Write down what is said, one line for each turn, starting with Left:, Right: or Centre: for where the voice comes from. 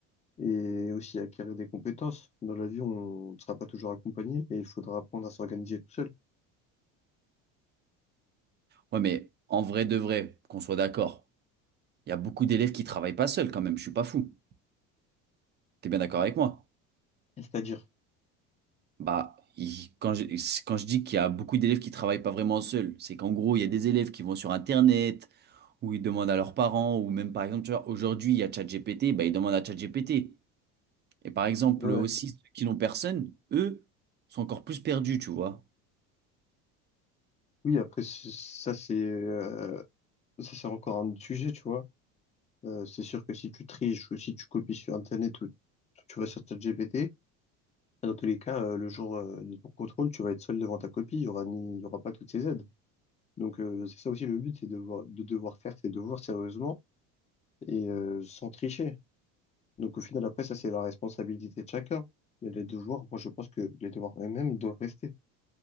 Left: et aussi à acquérir des compétences. Dans la vie, on ne sera pas toujours accompagné et il faudra apprendre à s'organiser tout seul.
Right: Ouais, mais en vrai de vrai, qu'on soit d'accord, il y a beaucoup d'élèves qui travaillent pas seuls quand même, je suis pas fou. T'es bien d'accord avec moi?
Left: C'est-à-dire,
Right: Bah, il- quand je, c'est- quand je dis qu'il y a beaucoup d'élèves qui travaillent pas vraiment seuls, c'est qu'en gros, il y a des élèves qui vont sur Internet, ou ils demandent à leurs parents, ou même par exemple, tu vois, aujourd'hui, il y a ChatGPT, bah, ils demandent à ChatGPT. Et par exemple,
Left: ouais.
Right: aussi, ceux qui n'ont personne, eux, sont encore plus perdus, tu vois.
Left: Oui, après, c'est- ça, c'est euh, Ça, c'est encore un autre sujet, tu vois. Euh, c'est sûr que si tu triches ou si tu copies sur Internet ou tu vas sur ChatGPT, bah, dans tous les cas, euh, le jour euh, de ton contrôle, tu vas être seul devant ta copie. Il y aura ni, il y aura pas toutes ces aides. Donc, euh, c'est ça aussi le but, c'est de devoir, de devoir faire ses devoirs sérieusement et euh, sans tricher. Donc, au final, après, ça, c'est la responsabilité de chacun. Mais les devoirs, moi, je pense que les devoirs eux-mêmes doivent rester.